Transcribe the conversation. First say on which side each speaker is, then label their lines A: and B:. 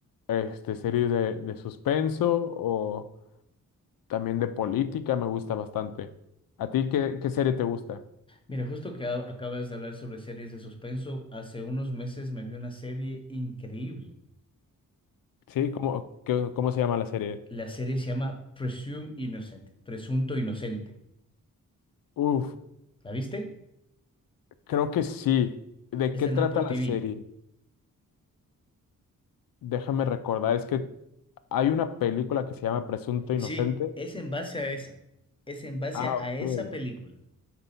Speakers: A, on the left; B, on the left.
A: este series de, de suspenso o también de política, me gusta bastante. ¿A ti qué, qué serie te gusta?
B: Mira, justo que a- acabas de hablar sobre series de suspenso, hace unos meses me vi una serie increíble.
A: Sí, ¿cómo, qué- cómo se llama la serie?
B: La serie se llama Presume Innocent, Presunto Inocente.
A: Uf,
B: ¿La viste?
A: creo que sí. ¿De
B: Está
A: qué
B: en
A: trata
B: Apple
A: la
B: TV.
A: serie? Déjame recordar, es que hay una película que se llama Presunto Inocente.
B: Sí, es en base a esa. Es en base
A: Ah,
B: a
A: ok.
B: esa película.